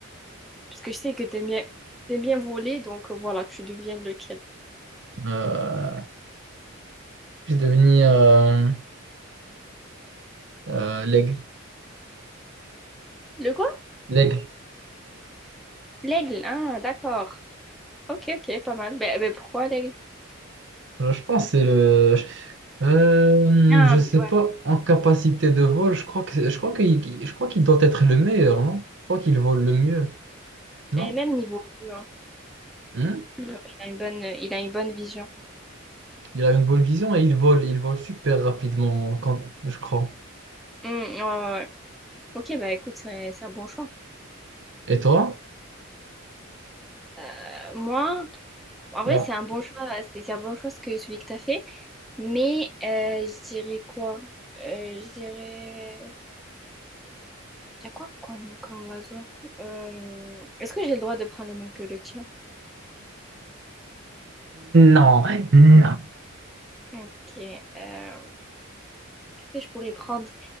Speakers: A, in the centre; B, on the right (about 55°).
A: Parce que je sais que t'aimes bien, t'aimes bien voler, donc euh, voilà, tu deviens lequel?
B: Euh, je vais devenir euh, euh, l'aigle.
A: Le quoi?
B: L'aigle.
A: L'aigle, ah, d'accord. Ok, ok, pas mal. Ben, ben, pourquoi l'aigle?
B: Euh, Je pense que c'est le. je- Euh,
A: Ah,
B: je sais
A: ouais.
B: pas, en capacité de vol, je crois que je crois qu'il qu'il- je crois qu'il doit être le meilleur, non? Je crois qu'il vole le mieux, non?
A: Et même niveau vue, hein.
B: Hmm
A: Il a une bonne, il a une bonne vision.
B: Il a une bonne vision et il vole, il vole super rapidement quand je crois.
A: Hmm, ouais, ouais, ouais. Ok, bah écoute, c'est c'est un bon choix.
B: Et toi?
A: Euh, moi, En vrai,
B: Ouais.
A: c'est un bon choix, euh, c'est c'est un bon choix ce que celui que t'as fait. Mais euh, je dirais quoi? Euh, je dirais. Il y a quoi comme, comme oiseau? Euh, Est-ce que j'ai le droit de prendre le même que le tien?
B: Non, non.
A: Ok. euh, Qu'est-ce que je pourrais prendre?